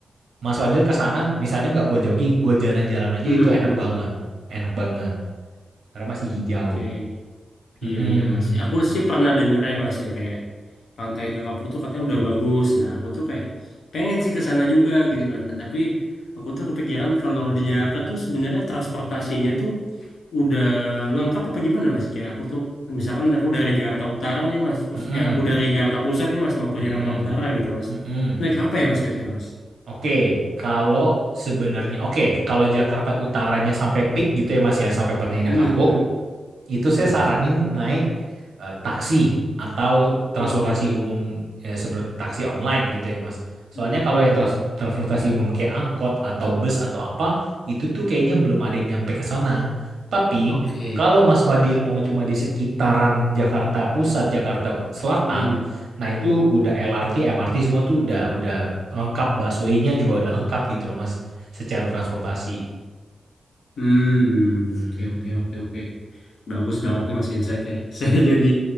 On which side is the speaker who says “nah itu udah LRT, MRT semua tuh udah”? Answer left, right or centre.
Right